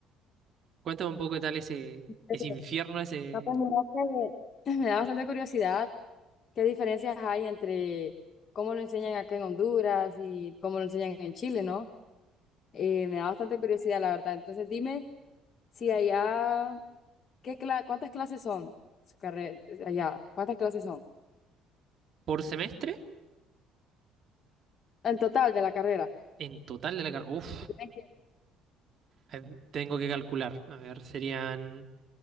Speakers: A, on the right (about 50°); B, on the left (about 45°).
A: cuéntame un poco qué tal ese,
B: Pero,
A: ese infierno, ese
B: no, pues, mira que <clears throat> Me da bastante curiosidad qué diferencias hay entre cómo lo enseñan acá en Honduras y cómo lo enseñan en Chile, ¿no? Eh, me da bastante curiosidad, la verdad. Entonces, dime si allá, ¿qué cla- cuántas clases son su carrera allá? ¿Cuántas clases son?
A: por semestre
B: En total de la carrera.
A: en total de la carrera. Uf.
B: Tiene que-
A: Eh, Tengo que calcular. A ver, serían